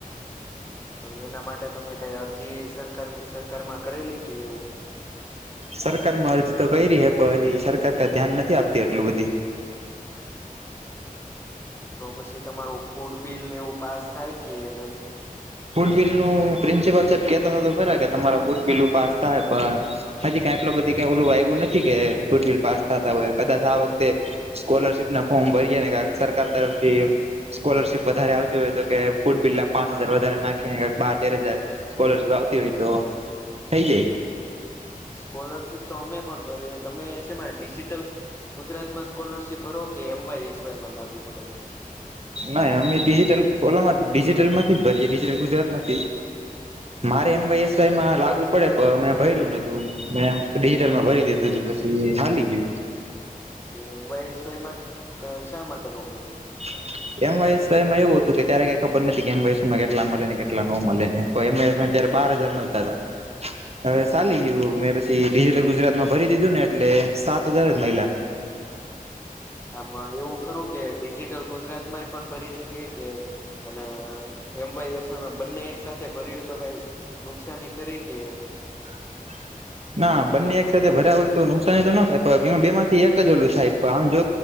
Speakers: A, on the left; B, on the right.
A: તો એના માટે તમે કઈ અરજી સરકાર સરકારમાં કરેલી કે એવું
B: સરકારમાં અરજી તો કરીઈ રહી હે પણ હજી સરકાર ક ધ્યાન નથી આપતી એટલું બધી હ
A: તો પછી તમારું ફૂડ બિલને એવું પાસ થાય કે નહી
B: ફૂડ બિલ નું પ્રિન્સિપલ સાહેબ કેતા હતા તો ખરા કે તમારા ફૂડ બિલ પાસ થ પણ હ ટ બધ ક ઓલું આવ્યું નથી કે ફૂ બિલ પાસ થતા હોય કદાચ આ વખતે સ્કોલરશીપ ના ફોર્મ ભરીએ ને સરકાર તરફથી સ્કોલરશીપ વધારે આવતી હોય તો કે ફુટ બિલ ના પાંચ હજાર વધારે નાખીને બાર તેર હજાર સ્કોલરશીપ આવતી હોય તો થઈ જાય
A: સ્કોલરશીપ તો અમે પણ ભરીએ તમે છેમાં ડિજિટલ ગુજરાત માં સ્કોલરશિપ ભરો કે એમવાય એસ વાયમાં લાગુ પડે તમારો
B: <unintelligible> ડિજિટલ ડિજિટલ માંથી જ ભરીએ. ડિજિટલ ગુજરાત માંથી મારે એમવાયએસવાયમાં લાગુ પડે પણ મેં ભર્યું નતું. મેં ડિજિટલમાં ભરી દીધું તું. પછી હાલી ગયું.
A: એમવાયએસવાયમાં શા માટે ન ભર્યું?
B: <inaudible> એમવાયએસવાયમાં એવું હતું કે ત્યારે કઈ ખબર નથી કે એમવાયએસવાયમાં કેટલા મલે ને કેટલા ન મલે ને તો બાર હજાર મલતા તા.
A: ભર્યું?
B: હવે ચાલી ગયું મે પછી ડિજટલ ગુજરાત એમાં ભરી દીધું ને એટલે સાત હજાર જ મઈલા.
A: આમ એવું ખરું કે ડિજિટલ ગુજરાતમાંય પણ ભરી શકીએ કે અને એમવાયએસવાયમાં બંને એક સાથે ભર્યો તો કઈ નુકસાની ખરી કે?
B: <inaudible> ના, બંને એક સાથે ભર્યા હોય તો નુકસાની તો ન થાય પણ એમા બે માંથી એક જ ઓલું થાય. આમ જો